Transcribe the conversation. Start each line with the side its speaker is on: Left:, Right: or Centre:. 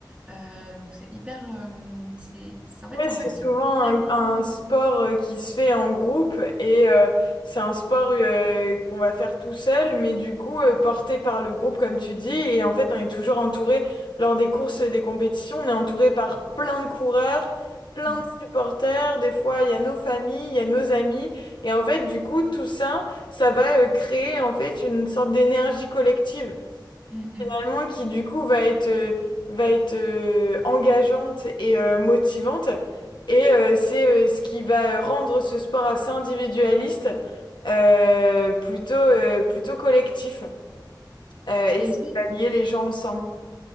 Right: Euh, donc c'est hyper, euh, c'est, c'est- en fait
Left: Ouais,
Right: c'est
Left: c'est
Right: un sentiment
Left: souvent
Right: hyper
Left: un,
Right: intense.
Left: un sport euh, qui se fait en groupe et euh, c'est un sport euh, qu'on va faire tout seul, mais du coup euh, porté par le groupe comme tu dis. Et en
Right: Mm,
Left: fait, on est toujours entouré lors des courses et des compétitions, on est entouré par plein de coureurs, plein
Right: mm,
Left: de supporters. Des fois, il y a nos familles, il y a nos amis. Et en fait, du coup, tout ça, ça va euh, créer en fait une sorte d'énergie collective
Right: mm. mm.
Left: finalement, qui du coup va être, euh, va être euh, engageante et euh, motivante. Et euh, c'est euh, ce qui va euh, rendre ce sport assez individualiste, euh, plutôt, euh, plutôt collectif, euh, et
Right: Et
Left: ça
Right: Est-ce que,
Left: va lier les gens ensemble.